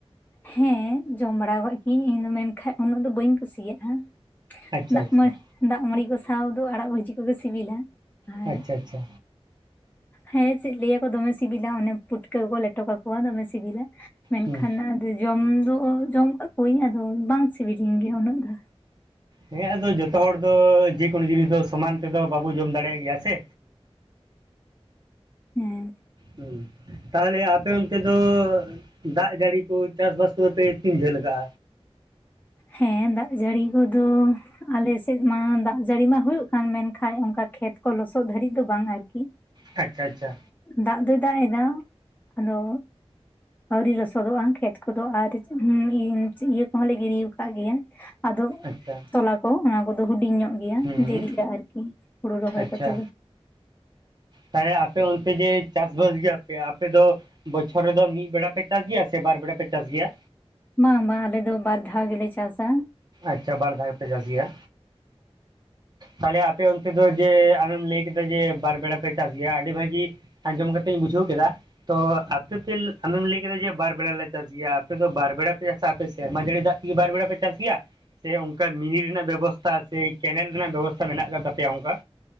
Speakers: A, on the left; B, on the right.
A: ᱦᱮᱸ ᱡᱚᱢ ᱵᱟᱲᱟ ᱠᱟᱜ ᱜᱤᱭᱟᱹᱧ ᱤᱧ ᱫᱚ ᱢᱮᱱᱠᱟᱱ ᱩᱱᱟᱹᱜ ᱫᱚ ᱵᱟᱹᱧ ᱠᱩᱥᱤᱭᱟᱜᱼᱟ᱾
B: ᱟᱪᱪᱷᱟ
A: ᱫᱟᱜ
B: ᱟᱪᱪᱷᱟ
A: ᱫᱟᱜ ᱢᱟᱹᱲᱤ ᱠᱚ ᱥᱟᱶ ᱫᱚ ᱟᱲᱟᱜ ᱵᱷᱟᱹᱡᱤ ᱠᱚᱜᱮ ᱥᱤᱵᱤᱞᱟ᱾ ᱟᱨ
B: ᱟᱪᱪᱷᱟ ᱟᱪᱪᱷᱟ᱾
A: ᱦᱮᱸ ᱪᱮᱫ ᱞᱟᱹᱭᱟᱠᱚ ᱫᱚᱢᱮ ᱥᱤᱵᱤᱞᱟ ᱚᱱᱮ ᱯᱩᱴᱠᱟᱹ ᱠᱚ ᱞᱮᱴᱚ ᱠᱟᱠᱚᱣᱟ ᱫᱚᱢᱮ ᱥᱤᱵᱤᱞᱟ ᱢᱮᱱᱠᱷᱟᱱ
B: ᱦᱩᱸ
A: ᱟᱫᱚ ᱡᱚᱢ ᱫᱚ᱾ ᱡᱚᱢ ᱟᱠᱟᱫ ᱠᱚᱣᱟᱹᱧ ᱟᱫᱚ ᱵᱟᱝ ᱥᱤᱵᱤᱞᱤᱧ ᱜᱮᱭᱟ ᱩᱱᱟᱹᱜ ᱫᱚ᱾
B: ᱦᱮᱸ ᱟᱫᱚ ᱡᱚᱛᱚ ᱦᱚᱲ ᱫᱚ ᱡᱮᱠᱳᱱᱳ ᱡᱤᱱᱤᱥ ᱫᱚ ᱥᱚᱢᱟᱱ ᱛᱮᱫᱚ ᱵᱟᱵᱚ ᱡᱚᱢ ᱫᱟᱲᱮᱭᱟᱜ ᱜᱮᱭᱟ ᱥᱮ᱾
A: ᱦᱮᱸ᱾
B: ᱦᱩ, ᱛᱟᱦᱚᱞᱮ ᱟᱯᱮ ᱚᱱᱛᱮ ᱫᱚ ᱫᱟᱜ ᱡᱟᱹᱲᱤ ᱠᱚ ᱪᱟᱥᱵᱟᱥ ᱠᱚᱫᱚ ᱯᱮ ᱛᱤᱱ ᱡᱷᱟᱹᱞ ᱠᱟᱜᱼᱟ᱾
A: ᱦᱮᱸ ᱫᱟᱜ ᱡᱟᱹᱲᱤ ᱠᱚᱫᱚ ᱟᱞᱮ ᱥᱮᱫ ᱢᱟ ᱫᱟᱜ ᱡᱟᱹᱲᱤ ᱢᱟ ᱦᱳᱭᱳᱜ ᱠᱟᱱ ᱢᱮᱱᱠᱷᱟᱱ ᱚᱱᱠᱟ ᱠᱷᱮᱛ ᱠᱚ ᱞᱚᱥᱚᱫ ᱫᱷᱟᱹᱨᱤᱡ ᱫᱚ ᱵᱟᱝ ᱟᱨᱠᱤ᱾
B: ᱟᱪᱪᱷᱟ ᱟᱪᱪᱷᱟ᱾
A: ᱫᱟᱜ ᱫᱚᱭ ᱫᱟᱜ ᱮᱫᱟ ᱟᱫᱚ, ᱟᱹᱣᱨᱤ ᱨᱚᱥᱚᱫᱚᱜᱼᱟ ᱠᱷᱮᱛ ᱠᱚᱫᱚ ᱟᱨ <unintelligible> ᱤᱭᱟᱹ ᱦᱚᱞᱮ ᱜᱤᱰᱤ ᱟᱠᱟᱫ ᱜᱮᱭᱟ ᱟᱫᱚ
B: ᱟᱪᱪᱷᱟ
A: ᱛᱚᱞᱟ ᱠᱚ ᱚᱱᱟ ᱠᱚᱫᱚ ᱦᱩᱰᱤᱧ ᱧᱚᱜ ᱜᱮᱭᱟ
B: ᱦᱩᱸ
A: ᱫᱮᱨᱤᱜᱼᱟ ᱟᱨᱠᱤ ᱦᱩᱲᱩ ᱨᱚᱦᱚᱭ
B: ᱟᱪᱪᱷᱟ
A: ᱠᱟᱛᱮᱮᱫ ᱫᱚ᱾
B: ᱛᱟᱦᱚᱞᱮ ᱟᱯᱮ ᱚᱱᱛᱮ ᱡᱮ ᱪᱟᱥᱵᱟᱥ ᱜᱮᱭᱟᱯᱮ ᱟᱯᱮ ᱫᱚ ᱵᱚᱪᱷᱚᱨ ᱨᱮᱫᱚ ᱢᱤᱫ ᱵᱮᱲᱟ ᱯᱮ ᱪᱟᱥ ᱜᱮᱭᱟ ᱥᱮ ᱵᱟᱨ ᱵᱮᱲᱟ ᱯᱮ ᱪᱟᱥ ᱜᱮᱭᱟ᱾
A: ᱵᱟᱝ ᱵᱟᱝ ᱟᱞᱮ ᱫᱚ ᱵᱟᱨ ᱫᱷᱟᱣ ᱜᱮᱞᱮ ᱪᱟᱥᱟ᱾
B: ᱟᱪᱪᱷᱟ ᱵᱟᱨ ᱫᱷᱟᱣ ᱜᱮᱯᱮ ᱪᱟᱥ ᱜᱮᱭᱟ᱾ ᱛᱟᱦᱚᱞᱮ ᱟᱯᱮ ᱚᱱᱛᱮ ᱫᱚ ᱡᱮ ᱟᱢᱮᱢ ᱞᱟᱹᱭ ᱠᱮᱫᱟ ᱡᱮ ᱵᱟᱨ ᱵᱮᱲᱟ ᱯᱮ ᱪᱟᱥ ᱜᱮᱭᱟ, ᱟᱹᱰᱤ ᱵᱷᱟᱹᱜᱤ ᱟᱸᱡᱚᱢ ᱠᱟᱛᱮᱧ ᱵᱩᱡᱷᱟᱹᱣ ᱠᱮᱫᱟ ᱛᱚ ᱟᱯᱮ ᱯᱮ ᱟᱢᱮᱢ ᱞᱟᱹᱭ ᱠᱮᱫᱟ ᱡᱮ ᱵᱟᱨ ᱵᱮᱲᱟ ᱞᱮ ᱪᱟᱥ ᱜᱮᱭᱟ ᱟᱯᱮ ᱫᱚ ᱵᱟᱨ ᱵᱮᱲᱟ ᱯᱮ ᱪᱟᱥᱟ, ᱟᱯᱮ ᱥᱮᱨᱢᱟ ᱡᱟᱹᱲᱤ ᱫᱟᱜ ᱵᱟᱨᱵᱮᱲᱟ ᱯᱮ ᱪᱟᱥ ᱜᱮᱭᱟ᱾ ᱥᱮ ᱚᱱᱠᱟ ᱢᱤᱱᱤ ᱨᱮᱱᱟᱜ ᱵᱮᱵᱚᱥᱛᱟ ᱥᱮ ᱠᱮᱱᱮᱞ ᱨᱮᱱᱟᱜ ᱵᱮᱵᱚᱥᱛᱟ ᱢᱮᱱᱟᱜ ᱟᱠᱟᱫ ᱛᱟᱯᱮᱭᱟ ᱚᱱᱠᱟ?